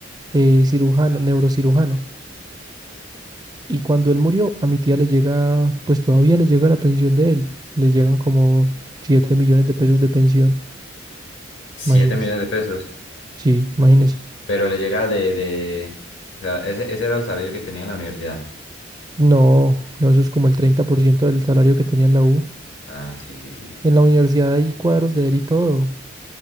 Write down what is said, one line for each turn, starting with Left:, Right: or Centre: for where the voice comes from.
Right: eh, cirujano, neurocirujano. Y cuando él murió, a mi tía le llega, pues todavía le llega la pensión de él. Le llegan como 7 millones de pesos de pensión.
Left: Siete
Right: Imagínense.
Left: millones de pesos.
Right: Sí, imagínense.
Left: Pero le llega de, de... O sea, ese, ese era el salario que tenía en la universidad.
Right: No, no, eso es como el 30% del salario que tenía en la U.
Left: Ah, sí, sí, sí.
Right: En la universidad hay cuadros de él y todo.